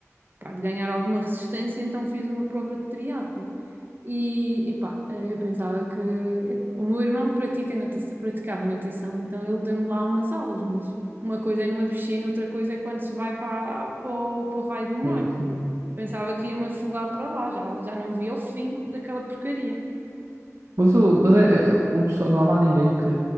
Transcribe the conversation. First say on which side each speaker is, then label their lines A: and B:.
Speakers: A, on the right (about 40°); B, on the right (about 55°).
A: pá, de ganhar alguma resistência, então fiz uma prova de triatlo. E, epá, eh, eu pensava que o meu irmão pratica natação, praticava natação, então ele deu-me lá umas aulas, mas uma coisa é numa piscina, outra coisa é quando se vai para, para, o, para o raio do mar.
B: Sim, sim.
A: Eu pensava que ia-me afogar para lá, já, já não via o fim daquela porcaria.
B: Mas, o, mas é, é, o pessoal, não há lá ninguém que,